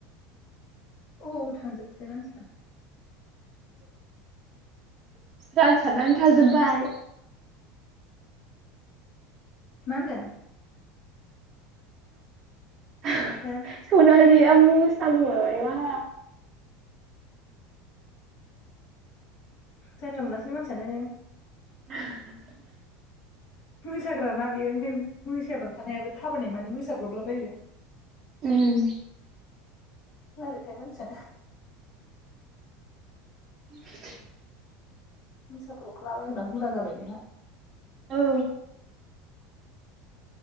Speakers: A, on the left (about 55°); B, on the right (about 30°).
A: अबाव थांजोबखोथाय मानसिफ्रा
B: रानसारनानै थाजोबबाय
A: मा होन्दों?
B: <unintelligible>
A: हो
B: सनालि <unintelligible>
A: जानला मोनलासोलै मानसियानो
B: <unintelligible>
A: मोसाग्राना बेयो ओंखायनो मोसायाबानो थानो हाया थाबायनाया माने मोसाब्रबलाबायो
B: ओम
A: मारैथाय मोनसियानो
B: <inaudible>
A: मोसाब्रबला बायग्रा हुदा जाबाय बेहा
B: औ